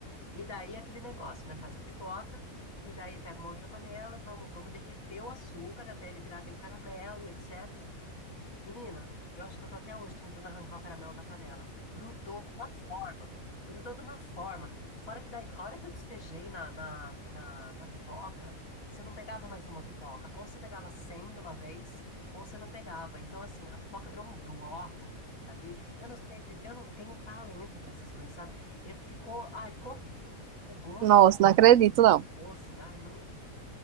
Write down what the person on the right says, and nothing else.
Nossa,
não acredito, não.